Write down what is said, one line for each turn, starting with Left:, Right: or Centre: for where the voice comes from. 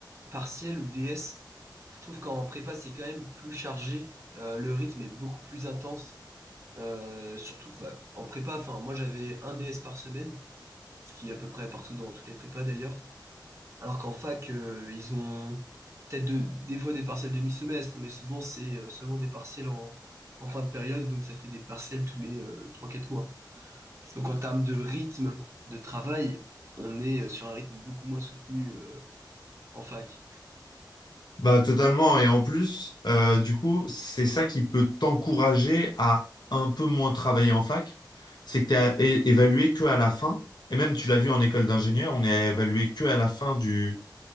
Right: partiel ou DS, je trouve qu'en prépa, c'est quand même plus chargé. Euh, le rythme est beaucoup plus intense. Euh, surtout que, bah, en prépa, enfin, moi j'avais un DS par semaine, ce qui est à peu près partout dans toutes les prépas d'ailleurs. Alors qu'en fac, euh, ils ont peut-être de- des fois des partiels demi-semestre, mais souvent c'est euh, seulement des partiels en, en fin de période, donc ça fait des partiels tous les euh, 3-4 mois. Donc en termes de rythme de travail, on est euh, sur un rythme beaucoup moins soutenu euh, en fac.
Left: Bah, totalement. Et en plus, euh, du coup, c'est ça qui peut t'encourager à un peu moins travailler en fac. C'est que t'es à- é- évalué que à la fin. Et même, tu l'as vu en école d'ingénieur, on est évalué que à la fin du,